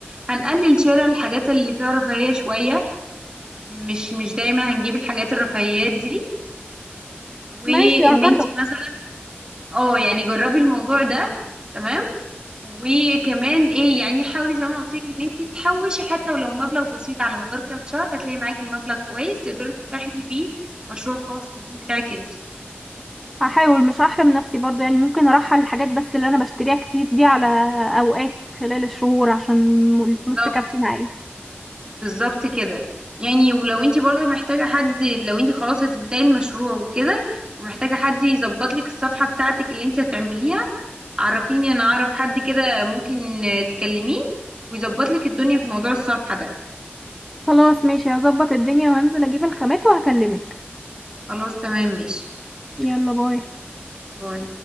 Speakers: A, on the right (about 20°); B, in the centre.
A: هنقلل شراء الحاجات اللي فيها رفاهية شوية مش مش دايما هنجيب الحاجات الرفاهيات دي وان
B: ماشي هجرب
A: انت مثلا اه يعني جربي الموضوع ده تمام وكمان ايه يعني حاولي زي ما انا قلت لك ان انت تحوشي حتى ولو مبلغ بسيط على مدار كام شهر هتلاقي معاكي مبلغ كويس تقدري تفتحي بيه مشروع خاص ويكون بتاعك انت
B: هحاول مش هحرم نفسي برضو يعني ممكن ارحل الحاجات بس اللي انا بشتريها كتير دي على اوقات خلال الشهور عشان الفلوس
A: بالظبط
B: تكفي معايا
A: بالظبط كده يعني ولو انت برضه محتاجه حد لو انت خلاص هتبداي المشروع وكده ومحتاجه حد يظبط لك الصفحه بتاعتك اللي انت هتعمليها عرفيني انا اعرف حد كده ممكن تكلميه ويظبط لك الدنيا في موضوع الصفحة ده
B: خلاص ماشي هظبط الدنيا وهنزل اجيب الخامات وهكلمك
A: خلاص تمام ماشي
B: يلا باي
A: باي